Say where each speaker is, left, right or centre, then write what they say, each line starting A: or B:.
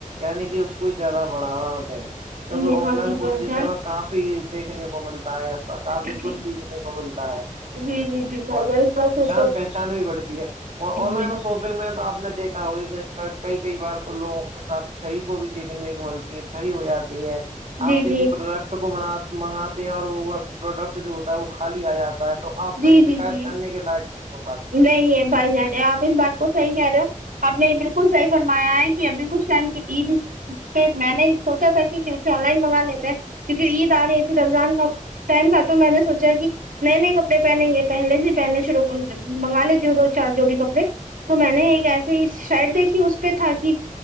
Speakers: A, on the right; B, on the right.
A: نہیں کہ اس کو زیادہ بڑھا دیں کیونکہ
B: نہیں
A: آپ
B: ہاں
A: لائن
B: جی
A: کوھ
B: بھائی
A: سے
B: جان
A: ہمیں کافی دیکھنے کو ملتا ہے کافی
B: جی
A: کچھ سیکھنے کو ملتا ہے
B: جی جی جی گھر
A: اور
B: گھر تو تو-
A: جان
B: تو-
A: پہچان بھی بڑھتی ہے اور آن لائن
B: جی
A: شوپنگ میں تو آپ نے دیکھا ہو کہ کئی کئی بار تو لوگوں کے ساتھ ٹھی کو بھی دیکھنے مل ٹھگی ہو جاتی ہے
B: جی
A: آپ کسی
B: جی
A: پروڈکٹ کو م منگاتے ہیں اور وہ پروڈکٹ جو ہوتا ہے وہ خالی آ جاتا ہے تو آپ وہیں
B: جی
A: شکیت
B: جی جی
A: کرنے کے لائق بھی نہیں ہوگ
B: نہیں ہے بھائی جان آپ اس بات کو صحیح کہہ رہے ہو آپ نے یہ بالکل صحیح فرمایا ہے کہ ایں کچھ ٹائم کی عید پھر میں نے سوچا تھا کہے آن لائن منگا لیتے ہیں کیونکہ عید آ رہی تھی رمضان میں ٹائم تھا تو میں نے سوچا کہ نئے نئے کپڑے پہنیں گے پہلے سے پہننے شرو منگا لیتی ہوں دو چار جوڑی کپڑے تو میں نے ایک ایسی شیڈ دیکھی اس پہ تھا کہ